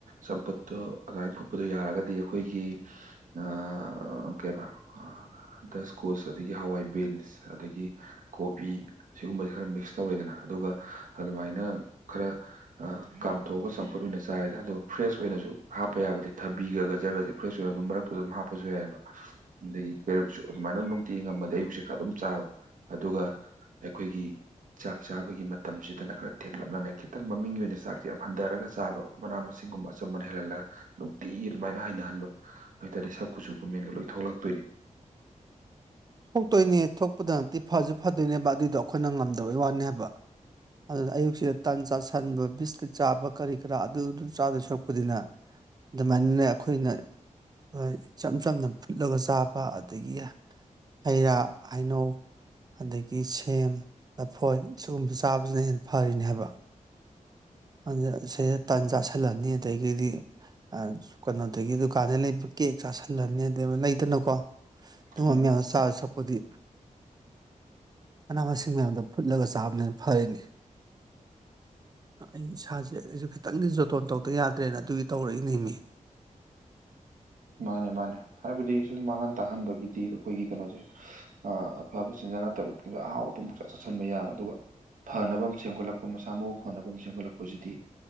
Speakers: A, on the right; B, on the right.
A: ꯆꯝꯐꯨꯠꯇꯣ ꯑꯗꯨꯃꯥꯏ ꯐꯨꯠꯄꯗꯣ ꯌꯥꯔꯒꯗꯤ ꯑꯩꯈꯣꯏꯒꯤ ꯑ ꯀꯦꯕꯥ ꯗꯁꯀꯨꯁ ꯑꯗꯒꯤ ꯍꯋꯥꯏ ꯕꯤꯟꯁ ꯑꯗꯒꯤ ꯀꯣꯕꯤ ꯁꯤꯒꯨꯝꯕꯁꯦ ꯈꯔ ꯃꯤꯛꯁ ꯇꯧꯔꯦꯗꯅ ꯑꯗꯨꯒ ꯑꯗꯨꯃꯥꯏꯅ ꯈꯔ ꯀꯥꯝꯊꯣꯛꯑꯒ ꯆꯝꯐꯨꯠ ꯑꯣꯏꯅ ꯆꯥꯔꯦꯗ ꯑꯗꯨ ꯐ꯭ꯔꯦꯁ ꯑꯣꯏꯅꯖꯨ ꯍꯥꯞꯄ ꯌꯥꯕꯗꯤ ꯊꯕꯤꯒ ꯒꯖꯔꯒꯖꯦ ꯐ꯭ꯔꯦꯁ ꯑꯣꯏꯔ ꯃꯔꯛꯇꯨꯗ ꯑꯗꯨꯝ ꯍꯥꯞꯄꯁꯨ ꯌꯥꯏꯑꯕ ꯑꯗꯒꯤ ꯄꯦꯔꯨꯛꯁꯨ ꯑꯗꯨꯃꯥꯏꯅ ꯅꯨꯡꯇꯤꯒꯤ ꯉꯃꯗꯤ ꯑꯌꯨꯛꯁꯦ ꯈꯔ ꯑꯗꯨꯝ ꯆꯥꯕ ꯑꯗꯨꯒ ꯑꯩꯈꯣꯏꯒꯤ ꯆꯥꯛ ꯆꯥꯕꯒꯤ ꯃꯇꯝꯁꯤꯗꯅ ꯈꯔ ꯊꯦꯡꯂꯞꯅ ꯈꯤꯇꯪ ꯃꯃꯤꯡꯒꯤ ꯑꯣꯏꯅ ꯆꯥꯛ ꯌꯥꯝ ꯍꯟꯊꯔꯒ ꯆꯥꯕ ꯃꯅꯥ ꯃꯁꯤꯡꯒꯨꯝꯕ ꯑꯆꯝꯕꯅ ꯍꯦꯜꯍꯜꯂꯒ ꯅꯨꯡꯇꯤ ꯑꯗꯨꯃꯥꯏꯅ ꯍꯩꯅꯍꯟꯕ ꯑꯗꯨꯑꯣꯏꯇꯥꯔꯗꯤ ꯁꯛ ꯀꯨꯁꯨ ꯀꯨꯃꯦꯟꯒ ꯂꯣꯏ ꯊꯣꯛꯂꯛꯇꯣꯏꯅꯤ
B: ꯊꯣꯛꯇꯣꯏꯅꯦ ꯊꯣꯛꯄꯗ ꯅꯠꯇꯦ ꯐꯁꯨ ꯐꯗꯣꯏꯅꯦꯕ ꯑꯗꯨꯏꯗꯣ ꯑꯩꯈꯣꯏꯅ ꯉꯝꯗꯕꯩ ꯋꯥꯅꯦꯕ ꯑꯗꯨꯅ ꯑꯌꯨꯛꯁꯤꯗ ꯇꯟ ꯆꯥꯥꯁꯟꯕ ꯕꯤꯁꯀꯤꯠ ꯆꯥꯕ ꯀꯔꯤ ꯀꯔꯥ ꯑꯗꯨꯗꯨ ꯆꯥꯗꯣꯏ ꯁꯨꯔꯛꯄꯨꯗꯤꯅꯦ ꯑꯗꯨꯃꯥꯏꯅꯅꯦ ꯑꯩꯈꯣꯏꯅ ꯑ ꯏꯆꯝ ꯆꯝꯅ ꯐꯨꯠꯂꯒ ꯆꯥꯕ ꯑꯗꯒꯤ ꯍꯩꯔꯥ ꯍꯩꯅꯧ ꯑꯗꯒꯤ ꯁꯦꯝ ꯂꯐꯣꯏ ꯁꯤꯒꯨꯝꯕ ꯆꯥꯕꯁꯤꯅ ꯍꯦꯟꯅ ꯐꯔꯤꯅꯦ ꯍꯥꯏꯕ ꯑꯗ ꯁꯤꯗꯩꯗ ꯇꯜ ꯆꯥꯥꯁꯤꯜꯂꯅꯤ ꯑꯗꯩꯒꯩꯗꯤ ꯑ ꯀꯩꯅꯣꯗꯒꯤ ꯗꯨꯀꯥꯟꯗꯩ ꯂꯩꯕ ꯀꯦꯛ ꯆꯥꯥꯁꯜꯂꯅꯤ ꯑ ꯂꯩꯗꯅꯀꯣ ꯑꯗꯨꯝꯕ
A: ꯎꯝ
B: ꯃꯌꯥꯝꯗꯣ ꯆꯥꯗꯣꯏ ꯁꯔꯨꯛꯄꯨꯗꯤ ꯃꯅꯥ ꯃꯁꯤꯡ ꯃꯌꯥꯝꯗꯣ ꯐꯨꯠꯂꯒ ꯆꯥꯕꯅ ꯍꯦꯟꯅ ꯐꯩꯅꯤ ꯑꯩ ꯏꯁꯥꯁꯦ ꯑꯩꯁꯨ ꯈꯤꯇꯪꯗꯤ ꯖꯣꯇꯣꯟ ꯇꯧꯗꯕ ꯌꯥꯗ꯭ꯔꯦꯅ ꯑꯗꯨꯒꯤ ꯇꯧꯔꯛꯏꯅꯦꯃꯤ
A: ꯃꯥꯅꯦ ꯃꯥꯅꯦ ꯍꯥꯏꯕꯗꯤ ꯁꯨꯝ ꯃꯥꯡꯍꯟ ꯇꯥꯍꯟꯕꯒꯤꯗꯤ ꯑꯩꯈꯣꯏꯒꯤ ꯀꯩꯅꯣꯖꯦ ꯑ ꯑꯐꯕ ꯆꯤꯟꯖꯥꯛ ꯅꯠꯇꯕ ꯄꯨꯡ ꯑꯍꯥꯎ ꯑꯊꯨꯝ ꯄꯪꯆꯥ ꯆꯥꯁꯟꯕ ꯌꯥꯕ ꯑꯗꯨꯒ ꯐꯅꯕ ꯑꯝ ꯁꯦꯝꯒꯠꯂꯛꯄ ꯃꯁꯥ ꯃꯎ ꯐꯅꯕ ꯑꯃꯨꯛ ꯁꯦꯝꯒꯠꯂꯛꯄꯁꯤꯗꯤ